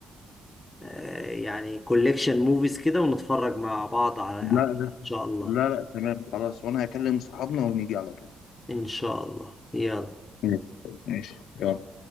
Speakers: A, on the left (about 15°); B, on the left (about 80°).
A: آه، يعني كوليكشن موفيز كده ونتفرج مع بعض على
B: لا
A: على-
B: لا
A: ان شاء الله
B: لا لا تمام خلاص وانا هكلم صحابنا ونيجي على طول
A: إن شاء الله يلا
B: ماشي ماشي. يلا